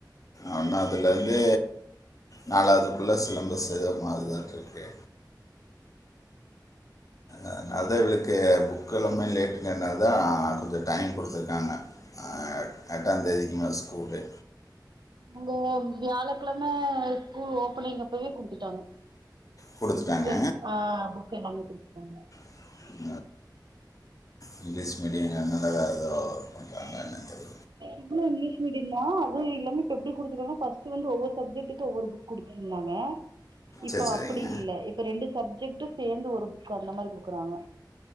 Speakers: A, on the left; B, on the right.
A: ஆனா அதுலருந்து நாலாவதுக்குள்ள சிலம்பஸ் ச மாறுதான்ட்டு இருக்கு அதனால தான் இவளுக்கு புக் எல்லாமே லேட்டுங்கனால தான் கொஞ்சம் டைம் குடுத்துருக்காங்க ஆ எட்டாம் தேதிக்கு மே கூடு
B: அங்க வியாழக்கிழமை ஸ்கூல் ஓபனிங் அப்பவே குடுத்துட்டாங்க
A: கொடுத்துட்டாங்க
B: புக் எல்லா ஆஹ் புக் எல்லாமே குடுத் ஆமா
A: <unintelligible> இங்கீலீஸ் மீடியங்க என்னென்ன வேறு ஏதோ பண்ணுறாங்கணு தெரில
B: இவ்ளு இங்லீஸ் மீடியம் தான் அது இல்லாம இப்ப எப்டி குடுத்துருக்காங்கனா பர்ஸ்ட்டு வந்து ஒவ்வரு சப்ஜெக்டக்கும் ஒவ்வொரு புக் குடுத்துருந்தாங்க இப்ப
A: சரி சரிங்க
B: அப்டி இல்ல இப்ப ரெண்டு சப்ஜெட்டும் சேர்ந்து ஒரு புக் அந்த மாதிரி குடுக்குறாங்க